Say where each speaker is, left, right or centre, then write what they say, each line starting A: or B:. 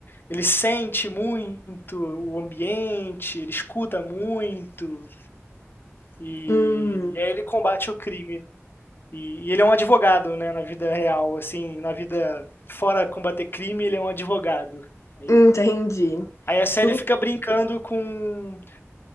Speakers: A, on the left (about 45°); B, on the left (about 80°).
A: ele sente muito o ambiente, ele escuta muito, e,
B: hum,
A: e aí ele combate o crime. E, e ele é um advogado, né? Na vida real, assim, na vida fora combater crime, ele é um advogado. Aí
B: hum, entendi.
A: Aí a série
B: Du-
A: fica brincando com,